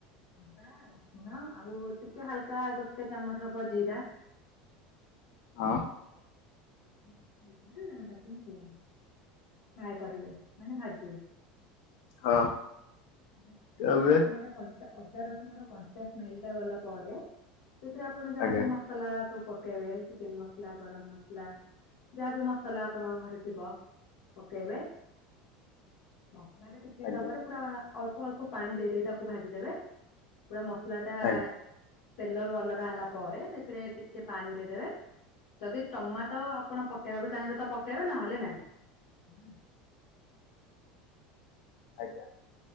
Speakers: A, on the left; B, on the left.
A: ଅଦା ରସୁଣ ଆଉ ଟିକେ ହାଲକା ଗୋଟେ ଚାମଚ ହବ ଜିରା।
B: ହଁ।
A: <inaudible> ତାକୁ ଫ୍ରାଏ କରିବେ ମାନେ ଭାଜିବେ।
B: ହଁ।
A: ତାପ
B: ତାପରେ
A: ଅଦା ରସୁଣ ର ଅଦା ରସୁଣ ର କଂଞ୍ଚା ସ୍ମେଲ ଟା ଗଲା ପରେ ସେଥିରେ ଆପଣ ଯାହାବି
B: ଆଜ୍ଞା
A: ମସଲା ସବୁ ପକେଇବେ ଚିକେନ ମସଲା ଗରମ ମସଲା ଯାହା ବିି ମସଲା ଆପଣଙ୍କ ଘରେ ଥିବ ପକେଇବେ ମସଲାଟା ଟିକେ ହେଲା
B: ଆଜ୍ଞା
A: ପରେ ପୁରା ଅଳ୍ପ ଅଳ୍ପ ପାଣି ଦେଇ ଦେଇଦେଇ ତାକୁ ଭାଜିଦେବେ ପୁରା ମସଲାଟା
B: ଆଜ୍ଞା
A: ତେଲରୁ ଅଲଗା ହେଲା ପରେ ସେଥିରେ ଟିକେ ପାଣି ଦେଇଦେବେ ଯଦି ଟମାଟୋ ଆପଣ ପକେଇବାକୁ ଚାହିଁବେ ତ ପକେଇବେ ନହେଲେ ନାଇ।
B: ଆଜ୍ଞା।